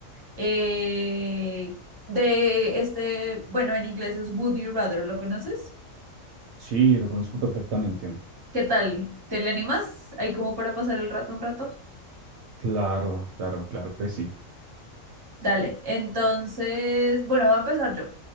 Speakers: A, on the right; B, on the right.
A: eh, de este, bueno, en inglés es Would You Rather, ¿lo conoces?
B: Sí, lo conozco perfectamente.
A: ¿Qué tal? ¿Te le animas? Ahí como para pasar el rato un rato.
B: Claro, claro, claro que sí.
A: Dale, entonces, bueno, voy a empezar yo,